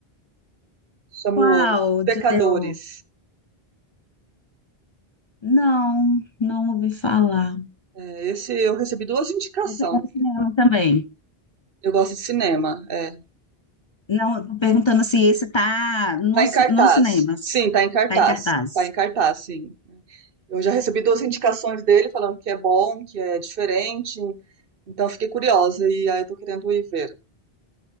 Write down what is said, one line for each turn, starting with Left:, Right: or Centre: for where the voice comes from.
Right: <laughs> Chamo
Left: qual
Right: Pecadores.
Left: de terror? Não, não ouvi falar.
Right: É, esse eu recebi duas indicações.
Left: Eu fui ao cinema também.
Right: Eu gosto de cinema. É.
Left: Não, tô perguntando se esse tá no,
Right: Tá
Left: ci-
Right: em cartaz.
Left: nos cinemas.
Right: Sim, tá em cartaz.
Left: Tá em cartaz.
Right: Tá em cartaz, sim. Eu já recebi duas indicações dele falando que é bom, que é diferente. Então fiquei curiosa e aí eu tô querendo ir ver.